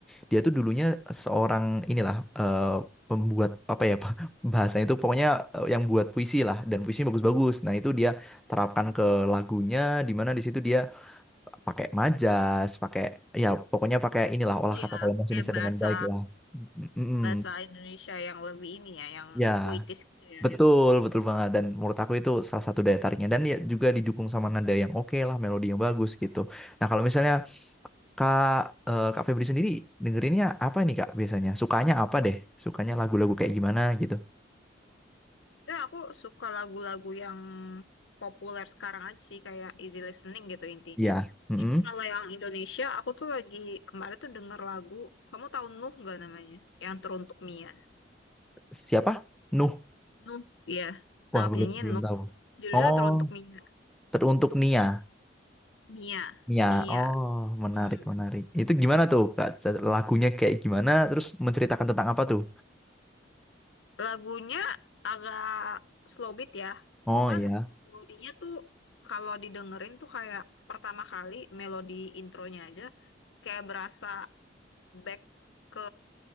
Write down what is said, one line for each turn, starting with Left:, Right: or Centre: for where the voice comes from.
Centre: dia tuh dulunya seorang inilah eh, pembuat apa ya Pak, <laughs> bahasanya itu pokoknya eh, yang buat puisi lah dan puisinya bagus-bagus. Nah, itu dia terapkan ke lagunya di mana di situ dia pakai majas, pakai ya pokoknya pakai inilah olah
Left: Iya,
Centre: kata dalam bahasa
Left: kayak
Centre: Indonesia
Left: bahasa
Centre: dengan baik lah. Mm, mm, mm.
Left: bahasa Indonesia yang lebih ini ya, yang
Centre: Ya.
Left: puitis gitu ya.
Centre: Betul, betul banget. Dan menurut aku itu salah satu daya tariknya. Dan ya juga didukung sama nada yang oke lah, melodi yang bagus gitu. Nah kalau misalnya Kak, eh, Kak Febri sendiri dengerinnya apa nih Kak biasanya? Sukanya apa deh? Sukanya lagu-lagu kayak gimana gitu?
Left: Ya, aku suka lagu-lagu yang populer sekarang aja sih, kayak easy listening gitu intinya.
Centre: Iya. Mm-mm.
Left: Kalau yang Indonesia, aku tuh lagi kemarin tuh denger lagu, kamu tahu Nuh nggak namanya? Yang Teruntuk Mia.
Centre: Siapa? Nuh.
Left: Nuh, iya.
Centre: Wah
Left: Nah, penyanyinya
Centre: belum belum
Left: Nuh.
Centre: tahu.
Left: Judulnya
Centre: Oh,
Left: Teruntuk Mia.
Centre: teruntuk Nia.
Left: Mia.
Centre: Nia.
Left: Mia.
Centre: Oh, menarik
Left: Hmm.
Centre: menarik. Itu gimana tuh Kak? Lagunya kayak gimana? Terus menceritakan tentang apa tuh?
Left: Lagunya agak slow beat ya.
Centre: Oh
Left: Cuman
Centre: iya.
Left: melodinya tuh kalau didengerin tuh kayak pertama kali melodi intronya aja kayak berasa back ke